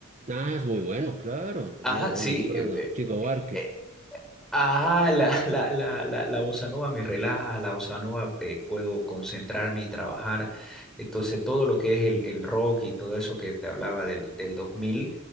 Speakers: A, on the right (about 35°); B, in the centre.
A: Ah, es muy bueno, claro,
B: Ajá,
A: es muy bueno,
B: sí,
A: muy bueno.
B: eh,
A: Chico Huarque.
B: eh, Ah, la, <laughs> la, la, la, la bossa nova me relaja, la bossa nova eh, puedo concentrarme y trabajar. Entonces,
A: Ujú.
B: todo lo que es el, el rock y todo eso que te hablaba del, del 2000